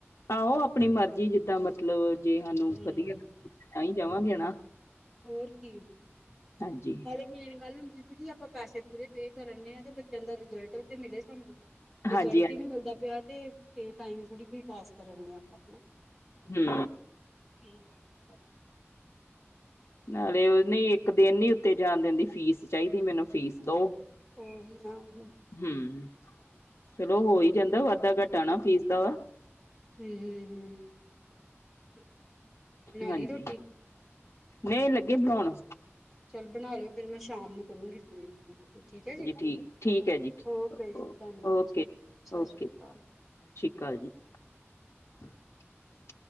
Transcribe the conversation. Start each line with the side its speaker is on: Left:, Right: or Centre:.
Left: ਆਹੋ ਆਪਣੀ ਮਰਜੀ ਜਿੱਦਾਂ ਮਤਲਬ ਜੇ ਸਾਨੂੰ
Centre: ਹਮ
Left: ਵਧੀਆ ਤਾਂ ਹੀ ਜਾਵਾਂਗੇ ਨਾ।
Centre: ਹੋਰ ਕੀ
Left: ਹਾਂਜੀ
Centre: ਹਾਲੇ ਮੇਨ ਗੱਲ। ਕਿ ਦੀਦੀ ਆਪਾਂ ਪੈਸੇ ਪੂਰੇ ਪੇ ਕਰਨੇ ਆ ਤੇ ਬੱਚਿਆਂ ਦਾ ਰਿਜਲਟ ਤੇ ਮਿਲੇ ਸਾਨੂੰ। ਰਿਜ਼ਲਟ
Left: ਹਾਂਜੀ
Centre: ਹੀ ਨੀ ਮਿਲਦਾ ਪਿਆ। ਤੇ ਟਾਈਮ ਥੋੜੀਈ ਪਾਸ ਕਰਨਦੇ ਆਪਾਂ ਹਨਾ।
Left: ਹੂੰ।
Centre: ਹਾਂ।
Left: ਨਾਲੇ ਉਹਨੇ ਇੱਕ ਦਿਨ ਨ ਉੱਤੇ ਜਾਣ ਦੇਣ ਦੀ ਫੀਸ ਚਾਹੀਦੀ ਮੈਨੂੰ ਫੀਸ ਦੋ।
Centre: ਉਹੀ ਨਾ ਹੁਣ।
Left: ਹਮ ਚਲੋ ਹੋ ਹੀ ਜਾਂਦਾ ਵਾਧਾ ਘੱਟਾ ਨਾ ਫੀਸ ਦਾ ਵਾ।
Centre: ਹਮ ਹਮ ਹਮ ਚਲੋ ਬਨਾਲੀ
Left: ਹਾਂਜੀ
Centre: ਰੋਟੀ?
Left: ਨਹੀਂ ਲੱਗੇ ਬਣਾਉਣ।
Centre: ਚੱਲ ਬਣਾ ਲਓ ਫੇਿਰ ਮੈਂ ਸ਼ਾਮ ਨੂੰ ਕਰੂੰਗੀ। ਠੀਕ ਹੈ ਜੀ
Left: ਠੀਕ ਠੀਕ ਹੈ ਜੀ ਠੀਕ।
Centre: ਓਕੇ ਜੀ
Left: ਓ-
Centre: ਧੰਨਵਾਦ
Left: ਓਕੇ
Centre: ਜੀ ਸਤਿ
Left: ਓਕੇ
Centre: ਸ਼੍ਰੀ ਅਕਾਲ।
Left: <unintelligible>